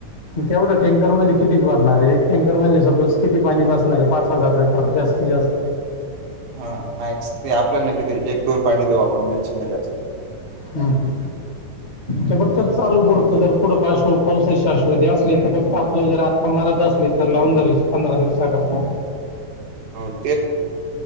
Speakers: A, on the left; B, on the right.
A: तेवढं टेंकर मध्ये किती भरणार एक. टँकर म्हणजे सपोज किती पाणी बसणारे पाच हजार लिटर जास्तीत जास्त.
B: हा मॅक्स ते आपल्यालाना कि एक दोन पाणी देऊ आपण मिरची नाहीच.
A: ह ह ते बघ ते चालू पुरत जर पुढं पाश्व पावसाची शाश्वती असली.. फक्त आपलं जर आत्ता मरत असली तर लावून दरीची पंधरा दिवसा करता.
B: रिकामा ऑडिओ